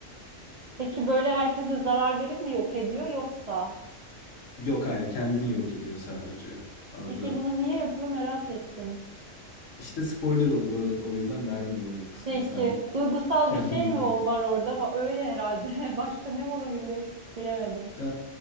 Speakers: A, on the right; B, on the left.
A: Peki böyle herkese zarar verip mi yok ediyor yoksa?
B: Yok hayır kendini yok ediyor sadece. Orada
A: Peki bunu niye yapıyor merak ettim.
B: işte spoiler olur o, o yüzden vermiyorum bu kısmını.
A: Peki
B: Sen
A: duygusal
B: <laughs> kendin
A: bir şey mi
B: bak.
A: o var orada? Va- Öyle herhalde. <laughs> Başka ne olabilir? Bilemedim.
B: Ee,